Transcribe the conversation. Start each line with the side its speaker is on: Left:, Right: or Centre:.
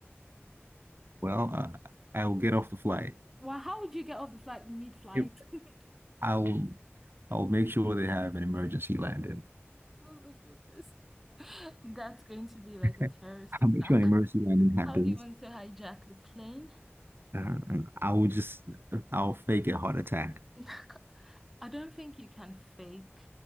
Right: Well, I, I will get off the flight.
Centre: Well, how would you get off the flight mid-flight?
Right: If
Centre: <laughs>
Right: I'll, I'll make sure they have an emergency landing.
Centre: Oh my goodness. <laughs> That's going to be like
Right: <laughs>
Centre: a terrorist
Right: I'll
Centre: attack.
Right: make sure an emergency landing happens.
Centre: How do you want to hijack the plane?
Right: Uh, I will just, I'll fake a heart attack.
Centre: <laughs> I don't think you can fake